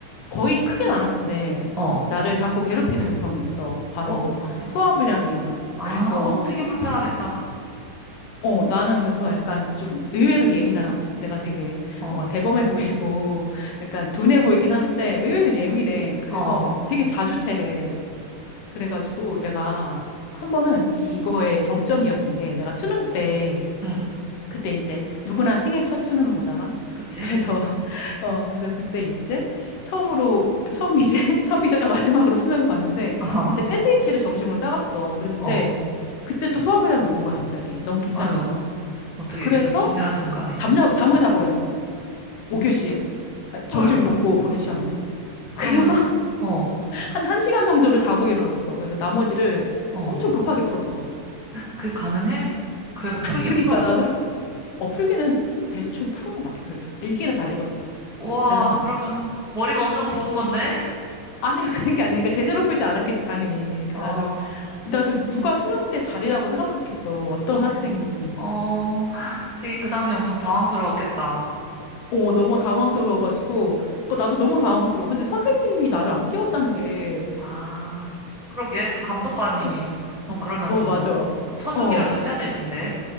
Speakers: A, on the left; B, on the right.
A: 거의 크게는 안 아픈데
B: 어,
A: 나를 자꾸 괴롭히는 병이 있어. 바로
B: 어, 뭔데?
A: 소화불량이야. <laughs>
B: 아,
A: 그래서
B: 어, 되게 불편하겠다.
A: 어 나는 그래서 약간 좀 의외로 예민하거든. 내가 되게
B: 어,
A: 뭔가 대범해 보이고 약간 둔해 보이긴 하는데 의외로 예민해. 그래서
B: 어,
A: 되게 자주 체해. 그래가지고 내가 한 번은 이거의 정점이었던 게 내가 수능 때
B: 응,
A: 그때 이제 누구나 생애 첫 수능을 보잖아.
B: 그치?
A: 그래서 <laughs> 어 그래서 그때 이제 처음으로 처음이제 <laughs> 처음이자 마지막으로 수능을 봤는데
B: <laughs>
A: 그때 샌드위치를 점심으로 싸갔어. 그랬는데
B: 어,
A: 그때 또 수화부장이 온 거야 갑자기 너무 긴장해서.
B: 아유, 어떻게
A: 그래서
B: 그 중요한 순간에.
A: 잠자 잠을 자버렸어. 5교시에 점심
B: 헐,
A: 먹고 보는 시험에서.
B: 그러면,
A: 그래서
B: 어,
A: <laughs> 한 1시간 정도를 자고 일어났어. 그래서 나머지를
B: 어,
A: 엄청 급하게 풀었어.
B: 그게 가능해? 그래서 풀긴
A: 그니까
B: 풀었어?
A: 나도 <laughs> 어 풀기는 대충 푸른 것 같아. 그래도 읽기는 다 읽었어.
B: 와,
A: 대단하지.
B: 그러면 머리가 엄청 좋은 건데?
A: 아니야, <laughs> 그런 게 아니야. 그러니까 제대로 풀지 않았겠지, 당연히. 그러니까
B: 어,
A: 나도, 나도 누가 수능 때 잘이라고 생각했겠어. 어떤
B: 어,
A: 학생이.
B: 어, <gasps> <sighs> 되게 그 당시 엄청 당황스러웠겠다.
A: 어, 너무 당황스러워가지고. 그 나도 너무 당황스러워. 근데 선생님이 나를 안 깨웠다는 게.
B: 아, 그러게. 그 감독관님이
A: 그
B: 좀 그러면
A: 어,
B: 좀
A: 맞아.
B: 쳐주기라도
A: 어,
B: 해야 될 텐데.